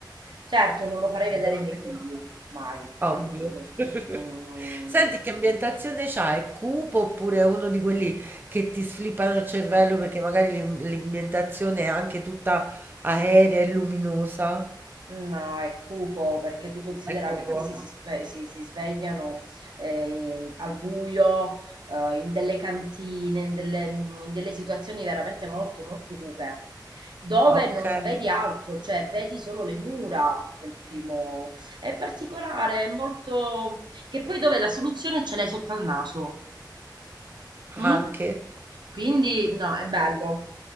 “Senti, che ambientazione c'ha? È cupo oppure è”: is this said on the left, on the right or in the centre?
Right